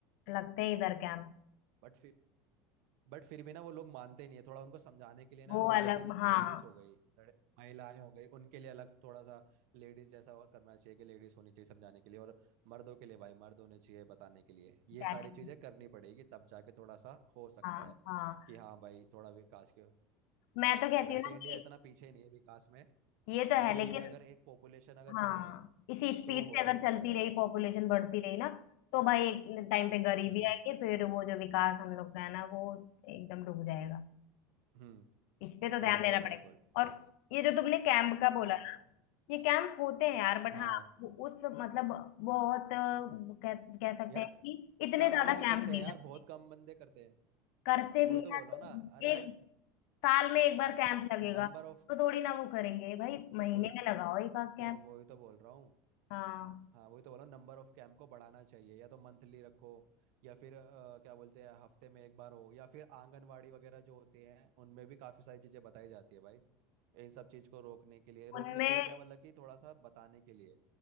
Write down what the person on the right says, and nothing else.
बट बट फिर भी ना वो लोग मानते नहीं है थोड़ा उनको समझाने के लिए ना
जैसे
कि
लेडीज हो गई लड़- महिलाएं हो गई उनके लिए अलग थोड़ा सा लेडीज जैसा और करना चाहिए कि लेडीज होनी चाहिए समझाने के लिए और मर्दों के लिए भाई मर्द होने चाहिए बताने के लिए ये
सारी चीजें करनी पड़ेगी तब जाके थोड़ा सा हो सकता
है
कि हाँ भाई थोड़ा विकास के
वैसे
इंडिया
इतना पीछे नहीं है विकास में
बट
ये
ये अगर एक पॉपुलेशन अगर
बढ़ गई
तो हो
सकता
है भाई
हम्म
हम्म
बिल्कुल
बिल्कुल
हाँ
हाँ
यार
कम
अमल
करते
हैं यार
बहुत कम बंदे करते हैं
वही
तो
बोल रहा
हूँ ना अरे
यार
नंबर ऑफ
वही तो
तो मैं वही तो बोल रहा हूँ
हाँ वही तो बोल रहा हूँ नंबर ऑफ कैंप को बढ़ाना चाहिए या तो मंथली रखो या फिर अ, क्या बोलते हैं हफ्ते में एक बार हो या फिर आंगनवाड़ी वगैरह जो होते हैं उनमें भी काफ़ी सारी चीज़ें बताई जाती है भाई इन सब चीज़ को रोकने के लिए रोकने
के लिए क्या मतलब कि थोड़ा सा बताने के लिए